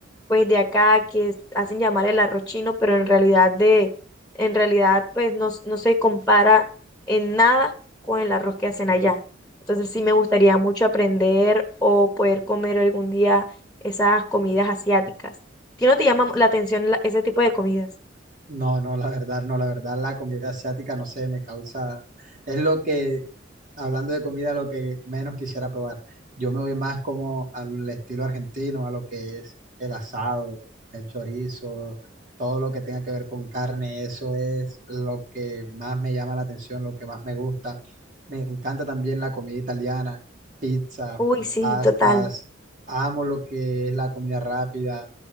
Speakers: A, in the centre; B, on the right.
A: pues de acá que es- hacen llamar el arroz chino, pero en realidad de, en realidad pues no, s- no se compara en nada con el arroz que hacen allá. Entonces sí me gustaría mucho aprender o poder comer algún día esas comidas asiáticas. ¿Ti no te llama la atención la- ese tipo de comidas?
B: No, no, la verdad, no, la verdad, la comida asiática, no sé, me causa, es lo que hablando de comida, lo que menos quisiera probar. Yo me voy más como al estilo argentino, a lo que es el asado, el chorizo, todo lo que tenga que ver con carne. Eso es lo que más me llama la atención, lo que más me gusta. Me encanta también la comida italiana, pizza,
A: Uy, sí,
B: pastas.
A: total.
B: Amo lo que es la comida rápida,